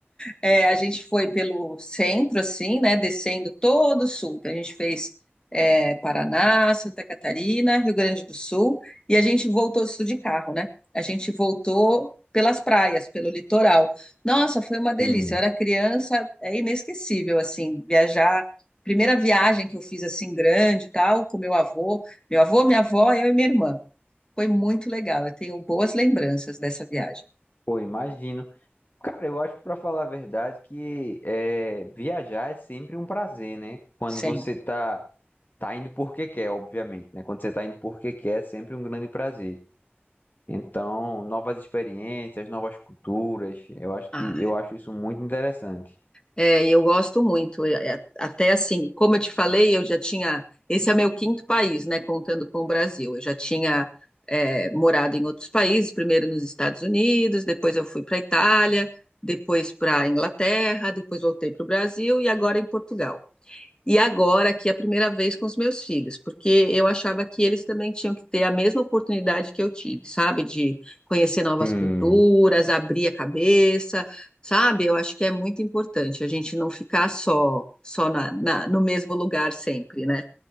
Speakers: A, on the left; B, on the left.
A: É, a gente foi pelo centro, assim, né? Descendo todo o sul. Então, a gente fez é, Paraná, Santa Catarina, Rio Grande do Sul, e a gente voltou isso de carro, né? A gente voltou pelas praias, pelo litoral. Nossa, foi uma delícia.
B: sim,
A: Eu era criança, é inesquecível, assim, viajar. Primeira viagem que eu fiz, assim, grande e tal, com meu avô, meu avô, minha avó, eu e minha irmã. Foi muito legal. Eu tenho boas lembranças dessa viagem,
B: foi, imagino. Cara, eu acho, pra falar a verdade, que é, viajar é sempre um prazer, né? Quando
A: sempre.
B: você tá, tá indo porque quer, obviamente, né? Quando você tá indo porque quer, é sempre um grande prazer. Então, novas experiências, novas culturas, eu acho
A: Ah,
B: que eu acho isso muito interessante.
A: É, e eu gosto muito. É, é, Até assim, como eu te falei, eu já tinha. Esse é meu quinto país, né? Contando com o Brasil. Eu já tinha é, morado em outros países, primeiro nos Estados Unidos, depois eu fui para a Itália, depois para a Inglaterra, depois voltei para o Brasil e agora em Portugal. E agora aqui é a primeira vez com os meus filhos, porque eu achava que eles também tinham que ter a mesma oportunidade que eu tive, sabe? De conhecer novas
B: Sim,
A: culturas, abrir a cabeça, sabe? Eu acho que é muito importante a gente não ficar só, só na, na- no mesmo lugar sempre, né?